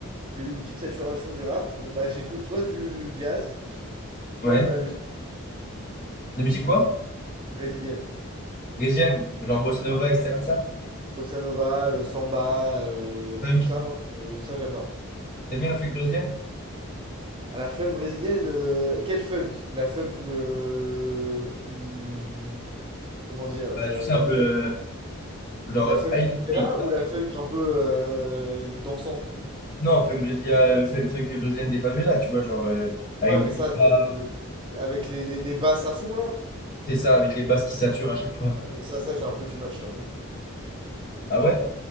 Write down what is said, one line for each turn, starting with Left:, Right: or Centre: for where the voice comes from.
Right: j'ai eu une petite saturation du rap, euh, bah, j'écoute soit du jazz, soit
Left: Ouais.
Right: de
Left: De
Right: la musique
Left: la musique quoi?
Right: brésilienne.
Left: Brésilienne, genre bossa nova,
Right: Enfin,
Left: etc. de ça?
Right: Bossa nova, euh, samba, euh,
Left: Funk.
Right: tout ça, moi, euh, ça j'adore.
Left: T'aimes bien la funk brésilienne?
Right: À la funk brésilienne, euh, quel funk? La funk, euh, hmm, comment dire,
Left: Bah
Right: euh,
Left: tu sais un
Right: la,
Left: peu
Right: nouvelle-
Left: euh, genre
Right: la
Left: euh,
Right: funk
Left: Ay Lupita.
Right: là ou la funk un peu euh, dansante?
Left: Non, funk brésilienne, funk funk brésilienne des favelas, tu vois, genre euh, Ay
Right: Ouais,
Left: Lupita,
Right: mais ça, c'est- avec les, les, les basses à fond, là,
Left: c'est ça, avec les basses qui saturent à chaque fois.
Right: ça, ça j'ai un peu du mal, je t'avoue.
Left: Ah ouais?